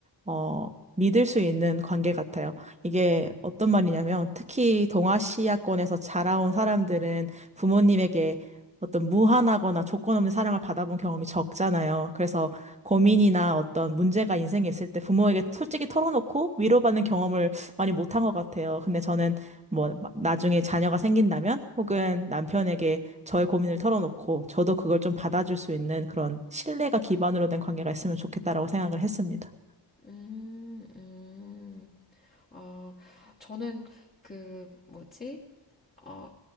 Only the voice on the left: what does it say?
음, 음. 어, 저는 그 뭐지? 어,